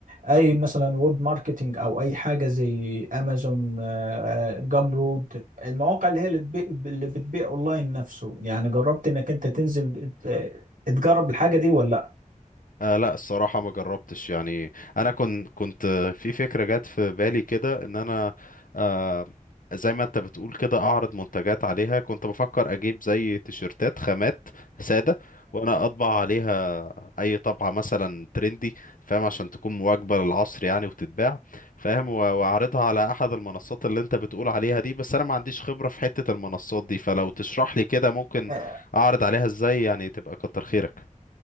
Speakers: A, on the right; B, on the left.
A: اي مثلا ويب ماركتنج او اي حاجة زي امازون جامرود المواقع اللي هي اللي بتبيع اللي بتبيع اونلاين نفسه يعني جربت انك انت تنزل ت- تجرب الحاجة دي ولا لا
B: آه لا الصراحة ما جربتش يعني أنا كنت كنت في فكرة جت في بالي كده إن أنا آه زي ما أنت بتقول كده أعرض منتجات عليها كنت بفكر أجيب زي تيشرتات خامات سادة وأنا أطبع عليها أي طبعة مثلا ترندي فاهم عشان تكون مواكبة للعصر يعني وتتباع فاهم و- وأعرضها على أحد المنصات اللي أنت بتقول عليها دي بس أنا ما عنديش خبرة في حتة المنصات دي فلو تشرح لي كده ممكن
A: اه
B: أعرض عليها إزاي يعني تبقى كتر خيرك